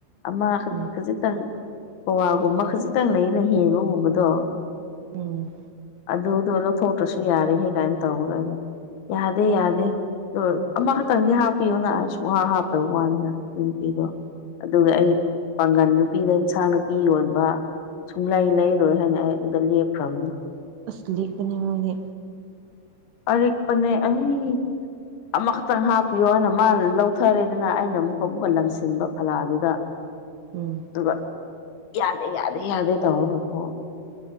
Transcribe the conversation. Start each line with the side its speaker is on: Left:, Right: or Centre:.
Left: ꯑꯃꯈꯛ
Right: ꯎꯝ
Left: ꯈꯖꯤꯛꯇꯪ ꯄꯋꯥꯒꯨꯝꯕ ꯈꯖꯤꯛꯇꯪ ꯂꯩꯅ ꯍꯦꯟꯕꯒꯨꯝꯕꯗꯣ
Right: ꯎꯝ
Left: ꯑꯗꯨꯗꯣ ꯂꯧꯊꯣꯛꯇ꯭ꯔꯁꯨ ꯌꯥꯔꯦꯍꯦ ꯀꯥꯏꯅ ꯇꯧꯔꯒ ꯌꯥꯗꯤ ꯌꯥꯗ ꯑꯃꯈꯛꯇꯪꯗꯤ ꯍꯥꯞꯄꯤꯌꯣꯅ ꯁꯨꯡꯍꯥꯞ ꯍꯥꯞꯇꯕꯋꯅꯤꯗ ꯅꯨꯄꯤꯗꯣ
Right: ꯎꯝ
Left: ꯑꯗꯨꯒ ꯑꯩ ꯄꯥꯡꯒꯜ ꯅꯨꯄꯤꯗ ꯏꯟꯁꯥꯡ ꯅꯥꯄꯤ ꯌꯣꯟꯕ ꯁꯨꯡꯂꯩ ꯂꯩꯔꯣꯏ ꯍꯥꯏꯅ ꯑꯩ ꯑꯗꯨꯗ ꯂꯦꯞꯈ꯭ꯔꯕꯅꯤ
Right: ꯑꯁ ꯂꯤꯛꯄꯅꯦ ꯃꯣꯏꯗꯤ
Left: ꯑꯔꯤꯛꯄꯅꯦ ꯑꯩ ꯑꯃꯈꯛꯇꯪ ꯍꯥꯞꯄꯤꯌꯣ ꯍꯥꯏꯅ ꯃꯥ ꯂꯧꯊꯔꯦꯗꯅ ꯑꯩꯅ ꯑꯃꯨꯛꯀ ꯑꯃꯨꯛꯀ
Right: ꯎꯝ
Left: ꯂꯪꯁꯤꯟꯕ ꯐꯂꯥꯗꯨꯗ
Right: ꯎꯝ
Left: ꯑꯗꯨꯒ ꯌꯥꯗꯦ ꯌꯥꯗꯦ ꯌꯥꯗꯦ ꯇꯧꯔꯒꯀꯣ